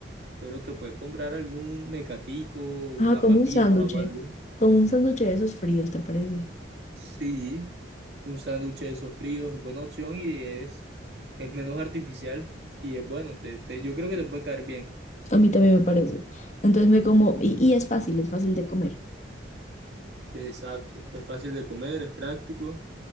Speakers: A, on the right; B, on the left.
A: pero te puedes comprar algún mecatico,
B: Ajá,
A: una
B: como
A: papita
B: un sándwich,
A: o algo.
B: como un sándwich de esos fríos, ¿te parece?
A: Sí, un sándwich de esos fríos es buena opción y es, es menos artificial y es bueno. Te, te- yo creo que te puede caer bien.
B: A mí también me parece. Entonces me como, y, y es fácil, es fácil de comer.
A: Exacto, es fácil de comer, es práctico